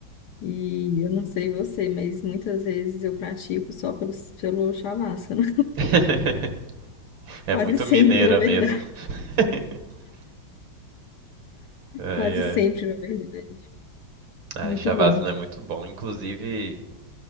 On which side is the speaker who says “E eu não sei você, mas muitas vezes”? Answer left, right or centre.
Left